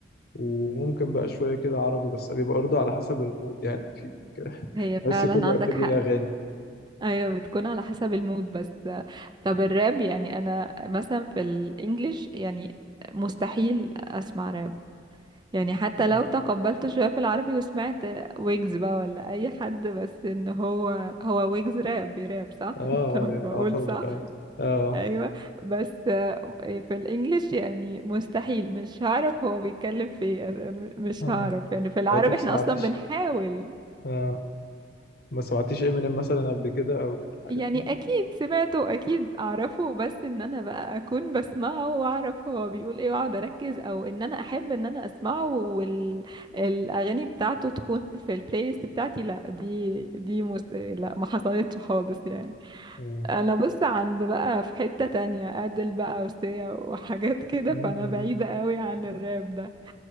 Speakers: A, on the left; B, on the right.
A: وممكن بقى شوية كده عربي بس بيبقى برضه على حسب المود يعني في ك- <laughs>
B: هي
A: تحس
B: فعلا
A: كل وقت
B: عندك
A: ليه
B: حق
A: أغاني
B: ايوه بتكون على حسب المود بس طب الراب يعني انا مثلا في الانجليش يعني مستحيل اسمع راب يعني حتى
A: مم.
B: لو تقبلته شويه في العربي وسمعت ويجز بقى ولا اي حد بس ان هو هو ويجز راب بيراب صح
A: اه
B: <laughs> تمام
A: اه يعني
B: بقول
A: يعتبر
B: صح
A: اه اه
B: ايوه بس في الانجليش يعني مستحيل مش هعرف هو بيتكلم في ايه أنا مش
A: اه
B: هعرف يعني في العربي
A: يعني انت ما
B: احنا
A: سمعتيش
B: اصلا بنحاول
A: اه ما سمعتيش امينيم مثلا قبل كده او كده الحاجات
B: يعني
A: دي
B: اكيد سمعته واكيد اعرفه بس ان انا بقى اكون بسمعه واعرف هو بيقول ايه واقعد اركز او ان انا احب ان انا اسمعه والاغاني بتاعته تكون في البلاي ليست بتاعتي لا دي دي مس... لا ما حصلتش خالص يعني
A: اه
B: انا بص عند بقى في حتة تانية ادل بقى وسيا وحاجات كده
A: مم.
B: فانا بعيدة قوي عن الراب ده